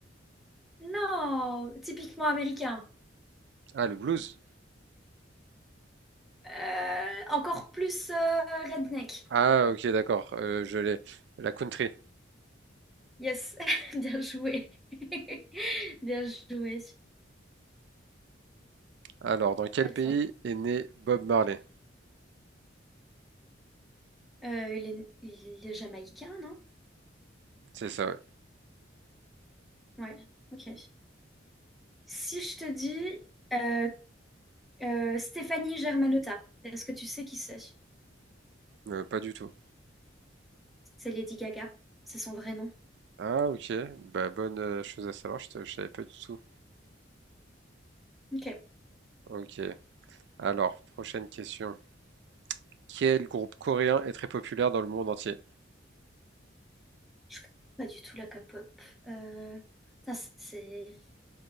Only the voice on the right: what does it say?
Ah, le blues?
Ah, ok, d'accord. euh, je l'ai. La country.
Alors, dans quel
pays est né Bob Marley?
C'est ça, ouais.
Euh, pas du tout.
Ah, ok. Bah, bonne euh, chose à savoir. Je, te- je savais pas du tout.
Ok. Alors, prochaine question. Quel groupe coréen est très populaire dans le monde entier?